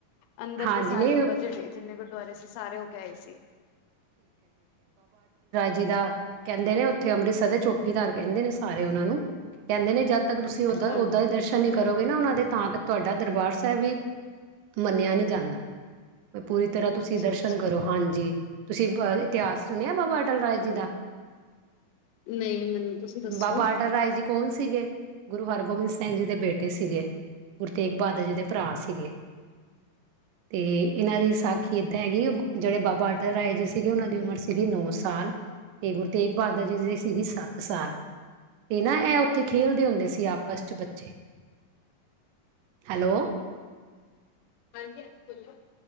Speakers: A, on the left; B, on the right.
A: ਅੰਦਰ
B: ਹਾਂਜੀ
A: ਤੇ ਸਾਰੇ
B: ਨਹੀਂ
A: ਆਪਾਂ ਜਿਹੜੇ ਜਿੰਨੇ ਗੁਰ। ਗੁਰਦੁਆਰੇ ਅਸੀ ਸਾਰੇ ਹੋ ਕੇ ਆਏ ਸੀ।
B: ਜਿਦਾ। ਕਹਿੰਦੇ
A: ਹਾਂਜੀ
B: ਨੇ ਉੱਥੇੰ ਅੰਮ੍ਰਿਤਸਰ ਦੇ ਛੋ ਫੀ ਜਾਂ ਰਹੀ ਕਹਿੰਦੇ ਨੇ ਸਾਰੇ ਉਹਨਾਂ ਨੂੰ, ਕਹਿੰਦੇ ਨੇ ਜਦ ਤੱਕ ਤੁਸੀਂ ਓਦਾਂ
A: ਹਾਂਜੀ
B: ਓਦਾਂ ਦੇ ਦਰਸ਼ਨ ਨਹੀਂ ਕਰੋਗੇ ਨਾ ਉਹਨਾਂ ਦੇ ਤਾਂ ਤ ਤੁਹਾਡਾ ਦਰਬਾਰ ਸਾਹਿਬ ਵੀ ਮੰਨਿਆ ਨਹੀਂ ਜਾਂਦਾ। ਪੂਰੀ ਤਰ੍ਹਾਂ ਤੁਸੀਂ
A: ਅੱਛਾ
B: ਦਰਸ਼ਨ
A: ਅੱਛਾ
B: ਕਰੋ, ਹਾਂਜੀ। ਤੁਸੀਂ ਵਾਰੀ ਤਿਆ ਸੁਣਿਆ ਬਾਾਬਾ ਅਟਲ ਰਾਏ ਜੀ ਦਾ
A: ਨਹੀਂ ਮੈਨੂੰ ਤੁਸੀਂ ਦੱਸੋ
B: ਬਾਬਾ ਅਟਲ ਰਾਏ ਜੀ ਕੌਣ ਸੀਗੇ ਗੁਰੂ ਹਰਗੋਬਿੰਦ ਸਿੰਘ ਜੀ ਦੇ ਬੇਟੇ ਸੀਗੇ ਗੁਰੂ ਤੇਗ ਬਹਾਦਰ ਜੀ ਦੇ ਭਰਾ ਸੀਗੇ ਤੇ ਇਹਨਾਂ ਦੀ ਸਾਖੀ ਏਦਾਂ ਹੈਗੀ ਜਿਹੜੇ ਬਾਬਾ ਅਟਲ ਰਾਏ ਜੀ ਸੀਗੇ ਉਹਨਾਂ ਦੀ ਉਮਰ ਸੀਗੀ ਨੌ ਸਾਲ ਤੇ ਗੁਰੂ ਤੇਗ ਬਹਾਦਰ ਜੀ ਦੀ ਸੀਗੀ ਸੱਤ ਸਾਲ ਤੇ ਨਾ ਇਹ ਉੱਥੇ ਖੇਲਦੇ ਹੁੰਦੇ ਸੀ ਆਪਸ ਚ ਬੱਚੇ ਹੈਲੋ
A: ਹਾਂਜੀ ਹਾਂਜੀ ਬੋਲੋ